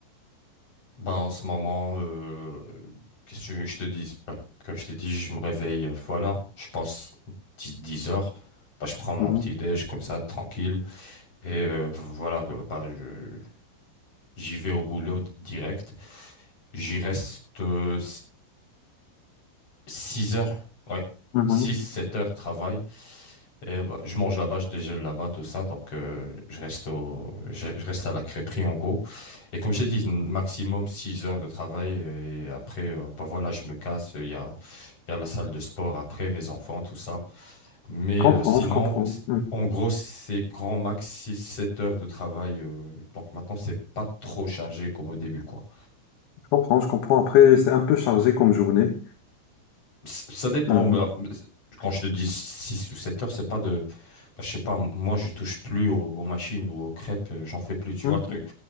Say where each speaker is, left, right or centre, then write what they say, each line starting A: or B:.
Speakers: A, on the left; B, on the left.
A: Bah, en ce moment, euh, qu'est-ce que tu veux que je te dise? Bah, comme je t'ai dit, je me réveille, euh, voilà, je pense 10, 10 heures. Bah, je prends mon
B: Mhm.
A: petit déj comme ça, tranquille. Et euh, voilà, euh, bah, je- j'y vais au boulot direct. J'y reste euh, 6 heures, ouais.
B: Mhm.
A: six 7 heures de travail. Et bah, je mange là-bas, je déjeune là-bas, tout ça. Donc, euh, je reste au, je, je reste à la crêperie, en gros. Et comme j'ai dit, maximum 6 heures de travail. Et après, euh, bah voilà, je me casse. Il y a, il y a la salle de sport après, mes enfants, tout ça. Mais
B: Je comprends,
A: euh, sinon,
B: je comprends.
A: c- en gros, c'est grand max six sept heures de travail. euh, donc maintenant, c'est pas trop chargé comme au début, quoi.
B: Je comprends, je comprends. Après, c'est un peu chargé comme journée.
A: c- ça dépend.
B: Mhm.
A: mais, euh, Quand je te dis 6 ou 7 heures, c'est pas de. bah, je sais pas, moi, je touche plus aux, aux machines ou aux crêpes, euh, j'en fais plus, tu
B: Mhm.
A: vois, le truc.